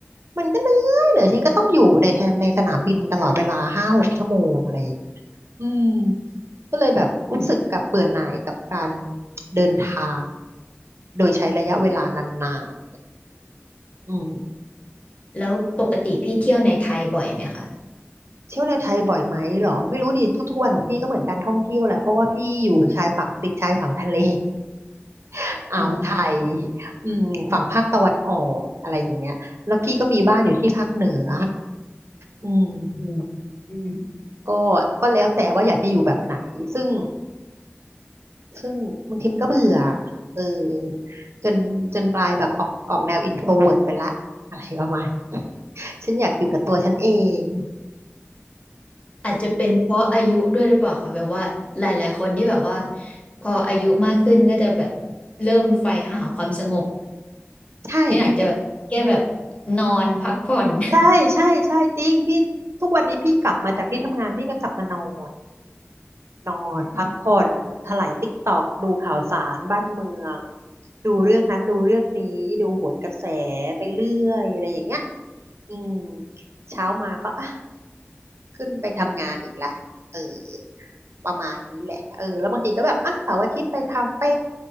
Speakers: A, on the right (about 70°); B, on the left (about 25°).
A: มันก็เหนื่อยเหนื่อยฉันก็ต้องอยู่ในแทนในสนามบินตลอดเวลาห้าหกชั่วโมงอะไรอย่างเงี้ย อืมก็เลยแบบรู้สึกกับเบื่อหน่ายกับการ
B: อืม
A: เดินทางโดยใช้ระยะเวลานานๆอืม
B: แล้วปกติพี่เที่ยวในไทยบ่อยไหมคะ
A: เที่ยวในไทยบ่อยไหมเหรอไม่รู้ดิทุกๆวันของพี่ก็เหมือนการท่องเที่ยวแหละเพราะว่าพี่อยู่ชายฝั่งติดชายฝั่งทะเล <laughs> อ่าวไทย
B: อ๋อ
A: อืมฝั่งภาคตะวันออกอะไรอย่างเงี้ยแล้วพี่ก็มีบ้านอยู่ที่ภาคเหนืออืม
B: อืม
A: ก็ก็แล้วแต่ว่าอยากจะอยู่แบบไหนซึ่ง ซึ่งบางทีมันก็เบื่อเออจนจนกลายแบบออกออกแนว Intro v e วิร์ไปละอะไรประมาณนี้ฉันอยากอยู่กับตัวฉันเอง
B: อาจจะเป็นเพราะอายุด้วยหรือเปล่าคะแบบว่าหลายๆคนที่แบบว่าพออายุมากขึ้นก็จะแบบเริ่มใฝ่หาความสงบ
A: ใช่
B: ที่หนังจะแบบแค่แบบนอนพักผ่อน <laughs>
A: ใช่ ใช่ใช่จริงพี่ทุกวันนี้พี่กลับมาจากที่ทำงานพี่ก็กลับมานอน นอนพักผ่อนไถลายติ๊กตอก
B: อืม
A: ดูข่าวสารบ้านเมือง ดูเรื่องนั้นดูเรื่องนี้ ดูโหนกระแสไปเรื่อยอะไรอย่างเงี้ยอืมเช้ามาก็อ่ะ ขึ้นไปทำงานอีกละเออประมาณนี้แหละเออแล้วบางทีก็แบบอ่ะเสาร์อาทิตย์ไปคาเฟ่